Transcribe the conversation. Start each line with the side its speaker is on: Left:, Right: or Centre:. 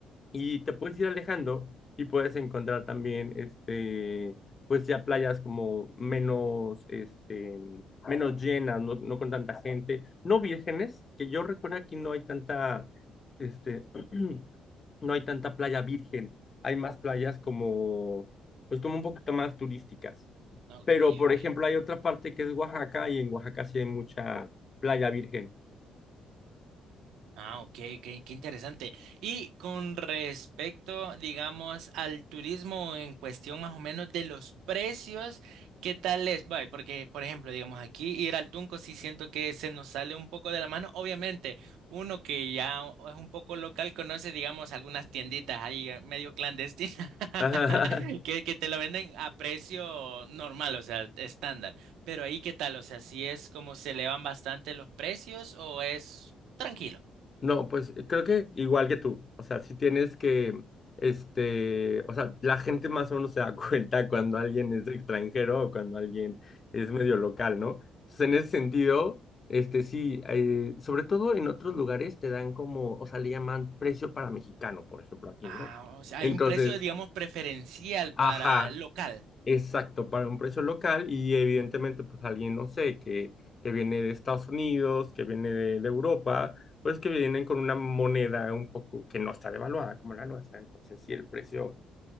Left: Y te puedes ir alejando y puedes encontrar también, este, pues ya playas como menos, este, menos llenas, no, no con tanta gente, no vírgenes, que yo recuerdo aquí no hay tanta, este, <clears throat> no hay tanta playa virgen, hay más playas como, pues como un poquito más turísticas.
Right: ok,
Left: Pero, por
Right: ok.
Left: ejemplo, hay otra parte que es Oaxaca y en Oaxaca sí hay mucha playa virgen.
Right: Ah, ok, qué, qué interesante. Y con respecto, digamos, al turismo en cuestión más o menos de los precios, ¿qué tal es? Vale, porque, por ejemplo, digamos, aquí ir al Tunco sí siento que se nos sale un poco de la mano. Obviamente, uno que ya es un poco local conoce, digamos, algunas tienditas ahí eh, medio clandestinas <laughs>
Left: <laughs>
Right: que, que te lo venden a precio normal, o sea, estándar. Pero ahí, ¿qué tal? O sea, si es como se elevan bastante los precios o es tranquilo?
Left: No, pues eh, creo que igual que tú, o sea, si tienes que, este, o sea, la gente más o menos se da <laughs> cuenta cuando alguien es extranjero o cuando alguien es medio local, ¿no? Entonces, en ese sentido, este, sí, eh, sobre todo en otros lugares te dan como, o sea, le llaman precio para mexicano, por ejemplo, aquí,
Right: Ah,
Left: ¿no?
Right: o sea,
Left: Entonces,
Right: hay un precio, digamos, preferencial
Left: ajá,
Right: para el local.
Left: Exacto, para un precio local y evidentemente pues alguien, no sé, que, que viene de Estados Unidos, que viene de, de Europa, pues que vienen con una moneda un poco que no está devaluada como la nuestra. Entonces, sí el precio